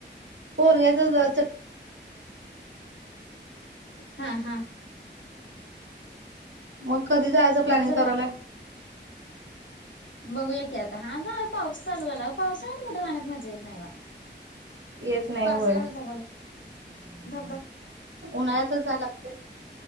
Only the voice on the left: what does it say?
हा हा.
मग जरा
बघूया की आता हा ना. पाऊस चालू झाला पावसाळ्यात तर कुठ जाण्यात मज्या येत नाही वा.
पास
<unintelligible> धब धब.